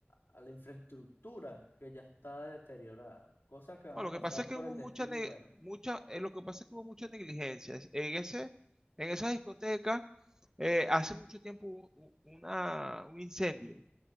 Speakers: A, on the left; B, on the right.
A: a la infraestructura que ya está deteriorada, cosas que van
B: No,
A: a
B: lo
A: pasar
B: que pasa es que
A: por
B: hubo
A: el destino
B: mucha, ne-
A: y bueno,
B: mucha, eh, lo que pasa es que hubo mucha negligencia. Es- En ese, en esa discoteca, eh, hace mucho tiempo hubo u- una, un incendio